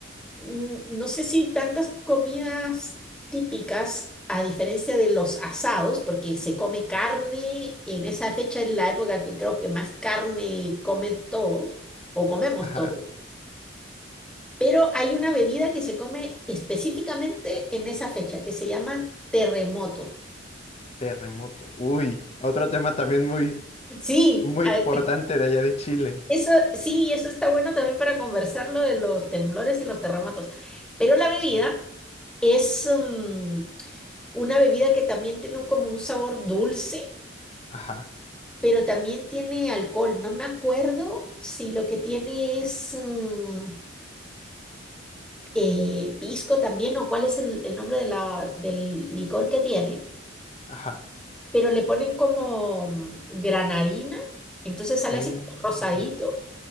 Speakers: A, in the centre; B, on the left.
A: n- No sé si tantas comidas típicas, a diferencia de los asados, porque se come carne en esa fecha, es la época que creo que más carne comen todos o comemos
B: Ajá.
A: todos, pero hay una bebida que se come específicamente en esa fecha que se llaman terremotos.
B: Terremoto. Uy, otro tema también muy...
A: Sí,
B: Muy
A: a-
B: importante de allá de Chile.
A: eso sí, eso está bueno también para conversarlo de los temblores y los terremotos, pero la bebida
B: Sí.
A: es mm, una bebida que también tiene un- como un sabor dulce,
B: Ajá,
A: pero también tiene alcohol. No me acuerdo si lo que tiene es mm, eh, pisco también o cuál es el, el nombre de la, del licor que tiene,
B: ajá.
A: pero le ponen como mm, granadina, entonces sale
B: Mm,
A: así como rosadito
B: ujú.